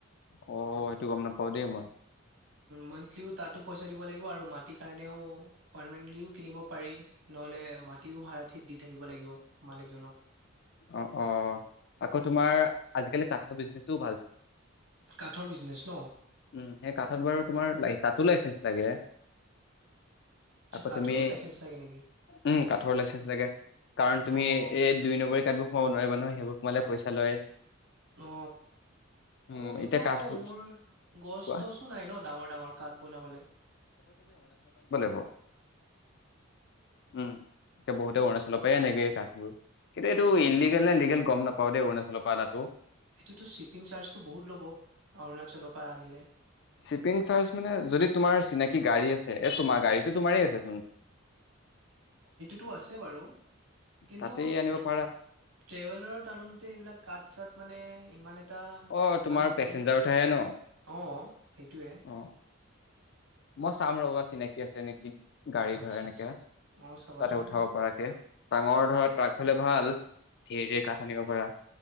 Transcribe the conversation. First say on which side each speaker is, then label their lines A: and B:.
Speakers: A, on the left; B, on the right.
A: অ সেইটো গম নাপাও দেই মই
B: মান্থলিও তাতো পইচা দিব লাগিব আৰু মাটিৰ কাৰণেও পাৰ্মেন্টলিও কিনিব পাৰি নহলে মাটিও ভাড়াঠিত দি থাকিব লাগিব মালিকজনক
A: অ অ আকৌ তোমাৰ আজিকালি কাঠৰ বিজনেচটোও ভাল
B: কাঠৰ বিজনেচ ন?
A: উম সেই কাঠত বাৰু তোমাৰ লাই কাঠ তাতো উলাইছে নেকি চাগে
B: আচ্ছা
A: আকৌ
B: কাঠৰো
A: তুমি
B: লাইচেন্ঞ্চ লাগে নেকি?
A: উম কাঠৰ লাইচেঞ্চ লাগে কাৰণ তুমি
B: অ',
A: এই দুই নম্বৰী অ নোৱাৰিবা নহ সেইবোৰ মানে পইচা লয়
B: অ
A: উম
B: আকৌ কিন্তু
A: এতিয়া কাঠবোৰ
B: মোৰ গছ
A: কোৱা
B: তছো নাই ন ডাঙৰ ডাঙৰ কাঠ বনাবলৈ
A: অ উম এতিয়া বহুতে অৰুণাচল পৰাই আনেগে কাঠ হয় <inaudible> এইটো
B: চিপ
A: ইনদিগেল নে লিগেল গম নাপাও দেই অৰুণাচল পাত তাতো
B: এইটোতো শ্বিপিং চাৰ্জতটো বহুত ল'ব অৰুণাচলক বা দিলে
A: শ্বিপিং চাৰ্জ মানে যদি তোমাৰ চিনাকি গাড়ী আছে এ তোমাৰ গাড়ীটো তোমাৰেই আছে চোন
B: টো আছে বাৰু কিন্তু
A: তাতেই আনিব পাৰা
B: ট্ৰেভেলাৰৰ আচলতে এইবিলাক কাাট চাট মানে ইমান এটা
A: অ তোমাৰ
B: ভাল নহ'ব
A: পেচেঞ্জাৰ
B: নেকি
A: উঠাহে ন
B: অ সেইটোৱে
A: অ মই চাম ৰব চিনাকি আছে নেকি গাড়ী
B: আচ্ছা
A: ঘ়া তেনেকা
B: আচ্ছা অ চাবাচোন
A: ভাল উঠাব পৰাকে ডাঙৰ
B: অ
A: ধৰা ট্ৰাক হলে ভাল ধেৰ ধেৰ কাঠ আনিব পাৰা